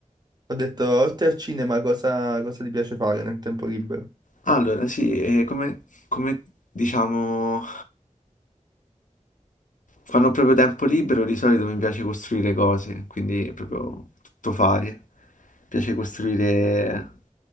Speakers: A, on the right (about 30°); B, on the left (about 80°).
A: Ho detto, oltre al cinema, cosa, cosa ti piace fare nel tempo libero?
B: Allora, sì, eh, come, come diciamo... Quando ho proprio tempo libero, di solito mi piace costruire cose, quindi è proprio tutto fare. Mi piace costruire,